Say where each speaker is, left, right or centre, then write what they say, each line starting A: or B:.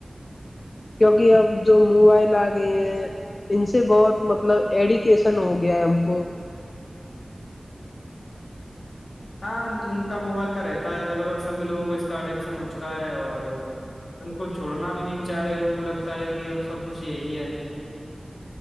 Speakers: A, on the left (about 65°); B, on the left (about 80°).
A: کیونکہ اب جو موبائل آ گئے ہیں ان سے بہت مطلب ایڈیکیشن ہو گیا ہے ہم کو
B: ہاں ان کا موبائل کا رہتا ہے لگ بھگ سبھی لوگوں کو اس کا اڈیکشن ہو چکا ہے اور ان کو چھوڑنا بھی نہیں چاہ رہے ان کو لگتا ہے کہ اب سب کچھ یہی ہے